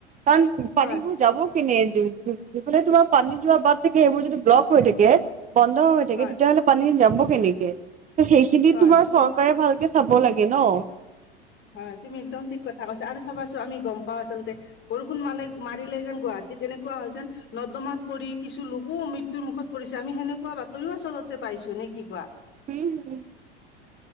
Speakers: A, on the right; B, on the left.
A: কাৰণ পানীবোৰ
B: হয়
A: যাব কিনে। যিফালে তোমাৰ পানী যোৱা বাট থাকে এইবোৰ যদি ব্লক হৈ থাকে। বন্ধ হৈ থাকে,
B: হয়
A: তেতিয়া হ'লে পানী যাব কেনেকে ত সেইখিনি
B: হয়
A: তোমাৰ
B: তুমি
A: চৰকাৰে ভালকে চাব লাগে ন।
B: হয়, তুমি একদম ঠিক কথা কৈছা আৰু চাবাচোন আমি গ'ম পাওঁ। আচলতে বৰষুণ মালে মাৰিলে যেন গুৱাহাটী তেনেকুৱা হয় যেন নৰ্দমাত পৰি কিছু লোকো মৃত্যুৰ মুখত পৰিছে, আমি সেনেকুৱা বাতৰিও আচলতে পাইছো নে কি কোৱা?
A: উম, উম।